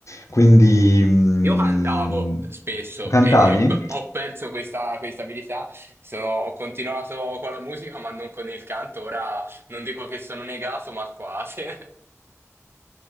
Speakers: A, on the left; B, on the right.
A: Quindi mm,
B: Io cantavo spesso
A: cantavi?
B: e e ho, pe- ho perso questa, questa abilità, Sono- ho continuato con la musica ma non con il canto, ora non dico che sono negato ma quasi.